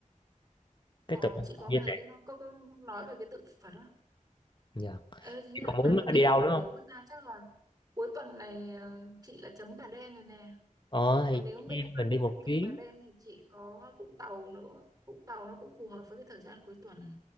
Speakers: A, on the right; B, on the left.
A: ờ
B: cái tượng
A: chị
B: Phật
A: có
B: Di
A: nghe
B: Lặc
A: cái có, có nói về cái tự phật đó
B: dạ
A: Ê, chính
B: chị
A: là
B: còn
A: bà
B: muốn
A: đen thay
B: đi
A: đổi
B: đâu nữa
A: nhiều
B: không
A: quá ta chắc là cuối tuần này ờ, chị là chấm bà đen rồi nè
B: ờ thì
A: còn nếu
B: chị
A: bên
B: em mình đi một
A: bên cạnh
B: chuyến
A: bà đen thì chị có Vũng Tàu nữa Vũng Tàu nó cũng phù hợp với cái thời gian cuối tuần